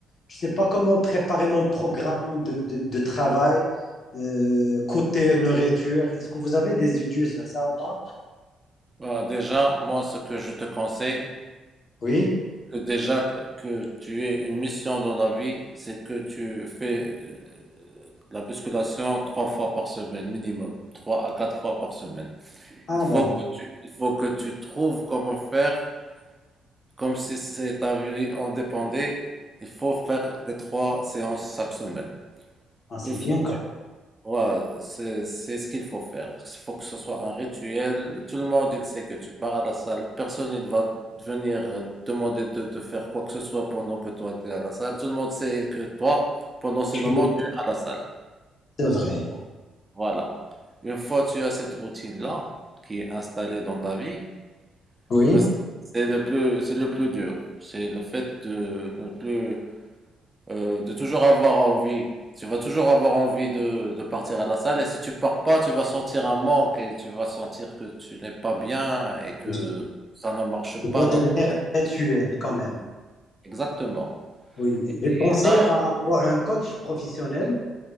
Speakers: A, on the left; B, on the right.
A: je ne sais pas comment préparer mon programme de, de, de travail euh, côté nourriture. Est-ce que vous avez des idées sur ça ou pas
B: Voilà, déjà, moi, ce que je te conseille,
A: Oui.
B: que déjà que tu aies une mission dans la vie, c'est que tu fais euh, la musculation trois fois par semaine minimum, trois à quatre fois par semaine.
A: Ah
B: Il faut
A: bon,
B: que tu, il faut que tu trouves comment faire, comme si c'est ta vie en dépendait. Il faut faire les trois séances chaque semaine.
A: Ah, c'est
B: Une fois
A: bien quand
B: Ouais, c'est, c'est ce qu'il faut faire. Il faut que ce soit un rituel. Tout le monde, il sait que tu pars à la salle. Personne ne va venir demander de, de faire quoi que ce soit pendant que toi, tu es à la salle. Tout le monde sait que toi, pendant ces
A: tu
B: moments,
A: es.
B: tu es à la salle.
A: c'est vrai.
B: Voilà. Une fois que tu as cette routine-là, qui est installée dans ta vie,
A: Oui.
B: mais c'est c'est le plus, c'est le plus dur. C'est le fait de ne plus euh, de toujours avoir envie. Tu vas toujours avoir envie de, de partir à la salle et si tu pars pas, tu vas sentir un manque et tu vas sentir que tu n'es pas bien et que
A: Je
B: ça ne marche pas
A: dois devenir
B: dans...
A: intellectuel quand même.
B: Exactement.
A: Oui.
B: Et
A: J'ai pensé
B: là,
A: à avoir un coach professionnel